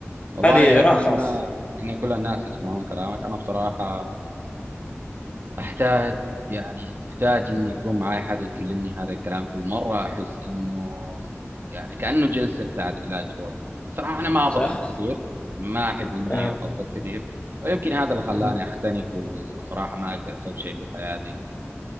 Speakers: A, on the right (about 50°); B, on the left (about 25°).
A: والله
B: هذه اذا
A: أتمنى
B: راحت خلاص
A: إن كل الناس يسمعون كلامك أنا بصراحة أحتاج يعني محتاج إني يكون معي حد يكلمني هذا الكلام كل مرة أحس إنه يعني كأنه جلسة بتاعت علاج روحي بصراحة أنا ما أفضفض
B: صح
A: كثير ما أحب إني
B: <laughs> آه.
A: أفضفض كثير ويمكن هذا اللي خلاني
B: آه.
A: أختنق و- وصراحة ما أقدر أسوي شيء في حياتي